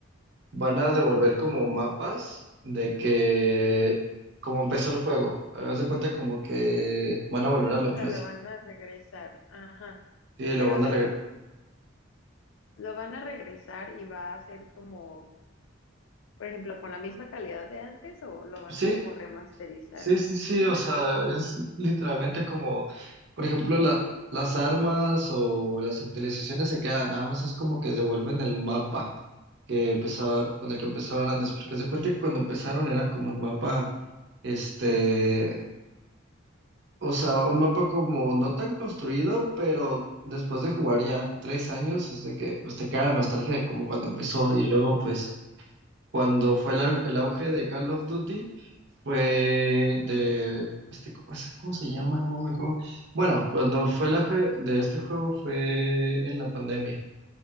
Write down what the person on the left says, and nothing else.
sea,
lo van a regresar, ajá.
Pero,
o sea,
¿lo van a regresar y va a ser como, por ejemplo, con la misma calidad de antes o lo van
a como remasterizar?